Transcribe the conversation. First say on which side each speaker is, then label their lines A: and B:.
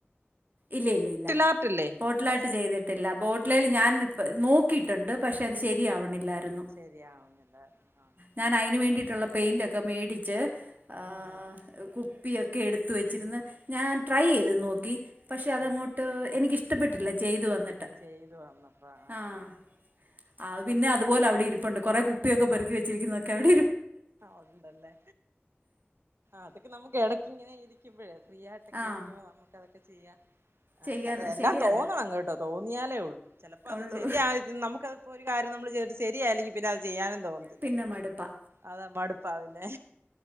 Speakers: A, on the right; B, on the right.
A: ഇല്ല ഇല്ല ഇല്ല
B: ആർട്ടില്ലേ
A: ബോട്ടിലായിട്ട്
B: അത് ചെയ്തി
A: ചെയ്ത് ട്ടീല്ല ബോട്ടിലേൽ ഞാൻ നോക്കിയിട്ടുണ്ട് പക്ഷെ അത് ശരിയാവണില്ലായിരുന്നു.
B: ശരിയാവുന്നില്ല ആഹ്
A: ഞാന് അയിന് വേണ്ടിയിട്ടുള്ള പെയിന്റോക്കെ മേടിച്ച് ആഹ്
B: ഉം ഉം
A: കുപ്പി ഒക്കെ എടുത്ത് വെച്ചിരുന്ന് ഞാൻ ട്രൈയ്ത് നോക്കി പക്ഷേ അതങ്ങോട്ട്
B: ആ ആ
A: എനിക്കിഷ് ടപ്പെട്ടില്ല ചെയ്തു വന്നിട്ട്
B: ചെയ്തു വന്നപ്പോ ആ
A: ആഹ്
B: ആ
A: അത് പിന്നെ
B: ആ ആ ആ
A: അതുപോലെ അവിടെ ഇരിപ്പുണ്ട്. കൊറെ കുപ്പിയൊക്കെ പെറുക്കി വെ ച്ചിരിക്കുന്നൊക്കെ അവിടി
B: ഒണ്ടല്ലേ അതൊക്കെ നമുക്ക് എടക്ക് ഇങ്ങനെ ഫ്രീ ആയിട്ടക്കെയിരിക്കുമ്പ
A: ആഹ്
B: നമുക്കതൊക്കെ ചെയ്യാം അ
A: ചെയ്യാൻ
B: എല്ലാം
A: ശരിയാ
B: തോന്നണം
A: അത്
B: കെട്ടോ തോന്നിയാലേ ഉള്ളൂ ചെലപ്പോ അത്
A: ഉള്ളൂ
B: ശരിയായത് നമുക്കത് ഇപ്പോ ഒരു കാര്യം നമ്മള് ചെയ്തിട്ട് ശരിയായില്ലെങ്കി പിന്നെ അത് ചെയ്യാനും തോന്നുലാ
A: പിന്നെ മടുപ്പാ
B: അതാ മടുപ്പാ പിന്നെ